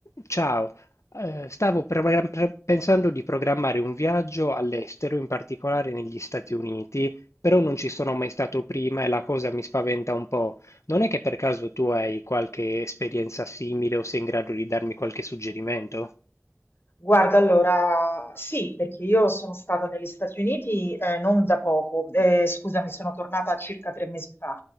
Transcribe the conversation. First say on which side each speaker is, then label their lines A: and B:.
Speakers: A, on the left; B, on the left.
A: Ciao, eh, stavo progra- pre- pensando di programmare un viaggio all'estero, in particolare negli Stati Uniti, però non ci sono mai stato prima e la cosa mi spaventa un po'. Non è che per caso tu hai qualche esperienza simile o sei in grado di darmi qualche suggerimento?
B: Guarda, allora sì, perché io sono stata negli Stati Uniti eh, non da poco, eh, scusami, sono tornata circa tre mesi fa.